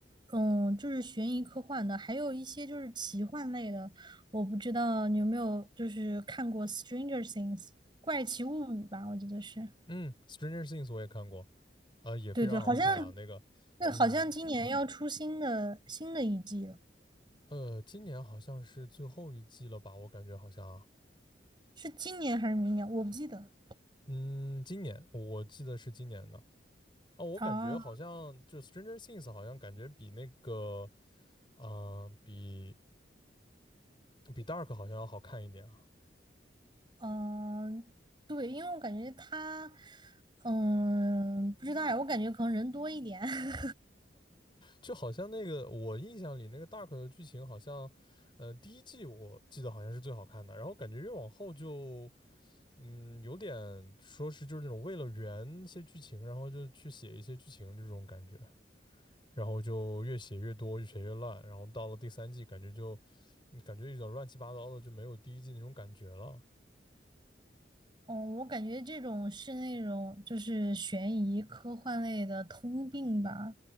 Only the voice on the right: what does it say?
嗯，就是悬疑科幻的，还有一些就是奇幻类的。我不知道你有没有就是看过《Stranger Things》怪奇物语吧？我记得是，
对对，好像，
对，
好像今年要出新的新的一季了，
是今年还是明年？我不记得。
啊，
嗯，对，因为我感觉它，嗯，不知道呀，我感觉可能人多一点。<laughs>
嗯，我感觉这种是那种就是悬疑科幻类的通病吧，